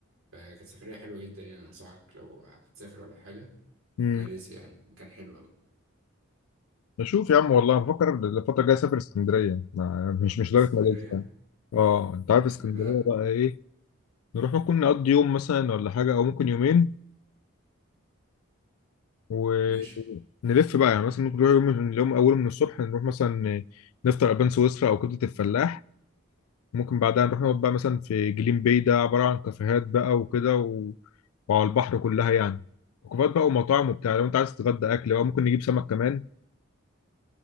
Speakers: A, on the right; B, on the left.
A: فكانت سفرية حلوة جدا يعني أنصحك لو هتسافر ولا حاجة
B: امم
A: ماليزيا يعني مكان حلو أوي
B: بشوف يا عم والله بفكر الفتره الجايه اسافر اسكندريه ما- مش مش لدرجه
A: اسكندرية
B: ماليزيا يعني. اه انت عارف اسكندريه
A: لا
B: بقى ايه نروح ممكن نقضي يوم مثلا ولا حاجه او ممكن يومين و...
A: ماشي
B: نلف بقى يعني مثلا ممكن نروح يوم من اليوم أول من الصبح نروح مثلا نفطر ألبان سويسرا أو كبدة الفلاح ممكن بعدها نروح نقعد بقى مثلا في جليم باي ده عبارة عن كافيهات بقى وكده و... وعلى البحر كلها يعني وكافيهات بقى ومطاعم وبتاع لو أنت عايز تتغدى أكل بقى ممكن نجيب سمك كمان